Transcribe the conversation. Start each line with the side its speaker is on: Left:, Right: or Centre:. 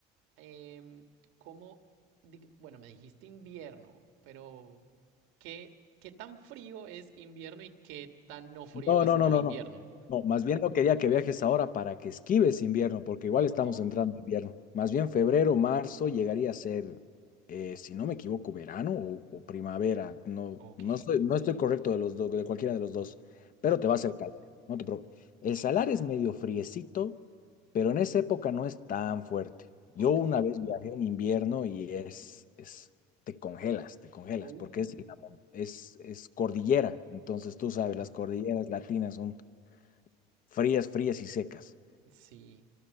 Right: em, ¿cómo, bueno, me dijiste invierno, pero ¿qué, qué tan frío es invierno y qué tan no frío
Left: No,
Right: es
Left: no,
Right: no
Left: no, no,
Right: invierno?
Left: no. No, más bien no quería que viajes ahora para que esquives invierno, porque igual estamos
Right: Oh,
Left: entrando en invierno. Más bien febrero, marzo llegaría a ser, eh, si no me equivoco, verano o, o primavera. No,
Right: ok,
Left: no estoy, no estoy correcto de los dos, de cualquiera de los dos,
Right: ajá,
Left: pero te va a hacer calor. No te preocupes. El salar es medio friecito, pero en esa época no es tan fuerte. Yo
Right: ok,
Left: una vez viajé en invierno y es, es te congelas, te congelas,
Right: oh,
Left: porque es, la mon- es, es cordillera. Entonces tú sabes,
Right: ajá,
Left: las cordilleras latinas son frías, frías y secas.
Right: sí.